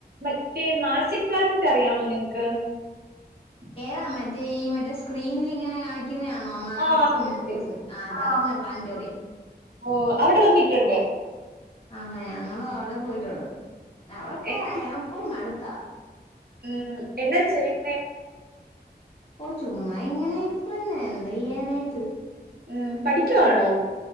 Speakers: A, on the right; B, on the left.
A: മറ്റേ മാഴ്‌സിക്ക് പ്ലാനറ്റ് അറിയാമോ നിങ്ങക്ക് <inaudible>
B: അതാ മറ്റേ ഈ മറ്റേ സ്ക്രീനിൽ ഇങ്ങനെ കാണിക്കുന്നതണോ മാർസും
A: ആ അതെ അതെ
B: അതാ
A: ആ
B: പറഞ്ഞത് പ്ലാനിറ്റോറിയം
A: ഓ അവിടെ വന്നിട്ടുണ്ട്
B: ആഹാ ഞങ്ങളും അവിടെ പോയിട്ടുണ്ട് അവിടക്കെ
A: എന്ന-
B: യപ്പൊ മടുത്താ
A: ഉം എന്ന ചെയ്യ്ന്നെ
B: ഓ ചുമ്മാ ങ്ങനെ ഇരിപ്പെന്നെ എന്തെയ്യാനായിട്ട്
A: ഉം പഠിക്കുവാണോ